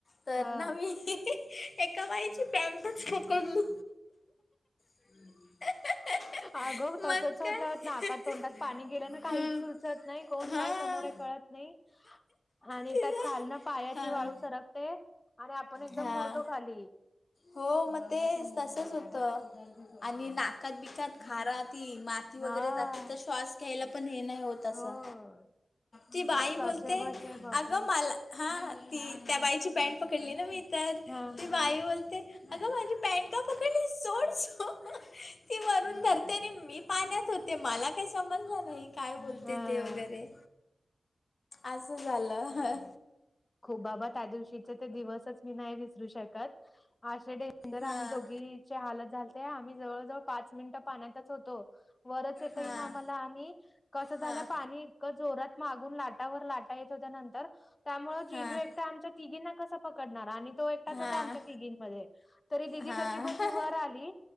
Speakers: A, on the left; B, on the left.
A: तर
B: हा
A: ना मी एका बाईची पॅन्टच पकडली. <unintelligible>
B: अगं तसंच
A: मग
B: होत
A: काय
B: नाका तोंडात पाणी गेल्यानं काहीच
A: हं.
B: सुचत नाई कोण
A: हां
B: काय समोरे कळत् नई. आणि
A: तिला
B: त्यात खाल्नं पायाची
A: हां
B: वाळू सरकते आणि आपण एकदम
A: हां
B: बुडतो खाली.
A: हो म ते तसंच होतं आणि नाकात बिकात खारा ती मा ती
B: हा
A: वगैरे जाते त श्वास घ्यायला पण हे नाय होत. तसं
B: हो
A: ती बाई
B: कसे
A: बोलते
B: बसे बापरे
A: अगं मला हा ती त्या बाईची पॅन्ट पकडली ना मी तर
B: हा
A: ती बाई बोलते अगं माझी पॅन्ट का पकडली सोड सोड ती वरून धर ते मी पाण्यात होते मला काय समजलं नाही. काय बोलते
B: हा.
A: ते वगैरे, असं झालं.
B: खूप बाबा त्या दिवशीचे ते दिवसच मी नाही विसरू शकत आशेडे <unintelligible> हाल
A: हां
B: झाले ते आम्ही जवळजवळ पाच मिनिटं पाण्यातच होतो. वरच येता
A: हां
B: येईना आम्हाला आणि कसं झालं
A: हां
B: पाणी इतकं जोरात मागून लाटावर लाट येत होत नंतर त्यामुळे जिजू
A: हां
B: एकटा आमच्या तिघींना कसा पकडणार आणि तो एकटाच होता
A: हां
B: आमच्या तिघींमध्ये. तरी दिदी
A: हां
B: कशी बशी वर आली.